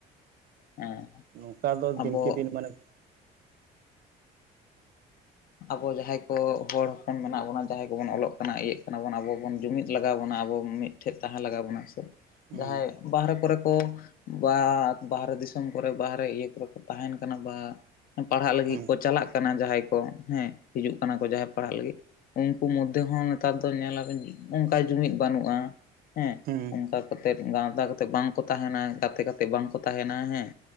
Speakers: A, on the left (about 55°); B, on the right (about 55°).
A: ᱦᱮᱸ
B: ᱱᱚᱝᱠᱟ ᱫᱚ
A: ᱟᱵᱚ
B: ᱫᱤᱱᱠᱮ ᱫᱤᱱ ᱢᱟᱱᱮ,
A: ᱟᱵᱚ ᱡᱟᱦᱟᱸᱭ ᱠᱚ ᱦᱚᱲ ᱦᱚᱯᱚᱱ ᱢᱮᱱᱟᱜ ᱵᱚᱱᱟ ᱡᱟᱦᱟᱸᱭ ᱠᱚᱵᱚᱱ ᱚᱞᱚᱜ ᱠᱟᱱᱟ ᱤᱭᱟᱹᱜ ᱠᱟᱱᱟ ᱵᱚᱱ ᱟᱵᱚ ᱵᱚᱱ ᱡᱩᱢᱤᱫ ᱞᱟᱜᱟᱣ ᱵᱚᱱᱟ ᱟᱵᱚ ᱢᱤᱫᱼᱼ ᱴᱷᱮᱡ ᱛᱟᱦᱮᱸ ᱞᱟᱜᱟᱣ ᱵᱚᱱᱟ ᱥᱮ
B: ᱦᱩᱸ
A: ᱡᱟᱦᱟᱸᱭ, ᱵᱟᱦᱨᱮ ᱠᱚᱨᱮ ᱠᱚ ᱵᱟ ᱵᱟᱦᱨᱮ ᱫᱤᱥᱚᱢ ᱠᱚᱨᱮ ᱵᱟᱦᱨᱮ ᱤᱭᱟᱹ ᱠᱚᱨᱮ ᱠᱚ ᱛᱟᱦᱮᱱ ᱠᱟᱱᱟ ᱵᱟ, ᱯᱟᱲᱦᱟᱜ ᱞᱟᱹᱜᱤᱫ
B: ᱦᱩᱸ
A: ᱠᱚ ᱪᱟᱞᱟᱜ ᱠᱟᱱᱟ ᱡᱟᱦᱟᱸᱭ ᱠᱚ ᱦᱮᱸ ᱦᱤᱡᱩᱜ ᱠᱟᱱᱟ ᱠᱚ ᱡᱟᱦᱟᱸᱭ ᱯᱟᱲᱦᱟᱜ ᱞᱟᱹᱜᱤᱫ, ᱩᱱᱠᱩ ᱢᱳᱫᱽᱫᱷᱮ ᱦᱚᱸ ᱱᱮᱛᱟᱨ ᱫᱚ ᱧᱮᱞᱟᱵᱤᱱ ᱚᱱᱠᱟ ᱡᱩᱢᱤᱫ ᱵᱟᱹᱱᱩᱜᱼᱟ ᱦᱮᱸ,
B: ᱦᱩᱸ,
A: ᱚᱱᱠᱟ ᱠᱟᱛᱮᱫ ᱜᱟᱶᱛᱟ ᱠᱟᱛᱮ ᱵᱟᱝᱠᱚ ᱛᱟᱦᱮᱱᱟ ᱜᱟᱛᱮ ᱠᱟᱛᱮ ᱵᱟᱝᱠᱚ ᱛᱟᱦᱮᱱᱟ ᱦᱮᱸ,